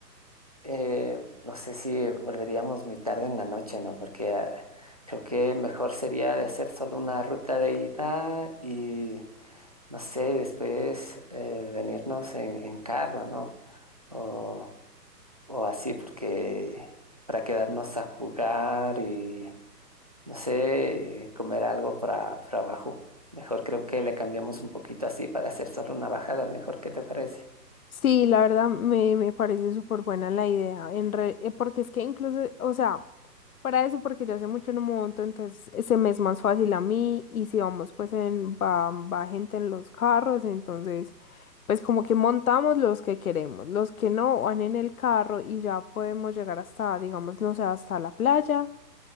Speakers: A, on the right; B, on the left.
A: eh, no sé si volveríamos muy tarde en la noche, ¿no? Porque eh, creo que mejor sería de hacer solo una ruta de ida y, no sé, después eh, venirnos en, en carro, ¿no? O, o así, porque para quedarnos a jugar y, no sé, comer algo para, para abajo. Mejor creo que le cambiamos un poquito así para hacer solo una bajada, mejor, ¿qué te parece?
B: Sí, la verdad me, me parece súper buena la idea, en re- eh, porque es que incluso, o sea, para eso, porque yo hace mucho no monto, entonces eh, se me es más fácil a mí y si vamos pues en, va, va gente en los carros, entonces pues como que montamos los que queremos, los que no van en el carro y ya podemos llegar hasta, digamos, no sé, hasta la playa